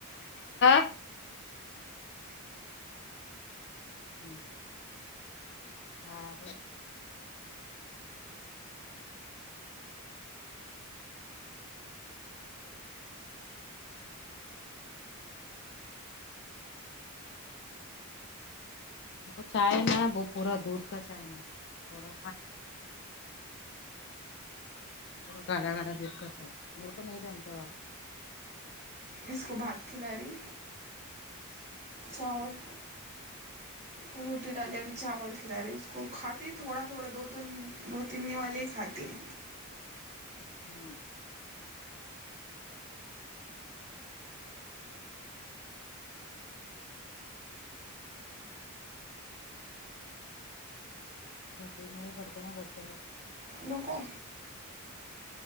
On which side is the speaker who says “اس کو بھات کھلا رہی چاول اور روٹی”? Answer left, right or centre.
Right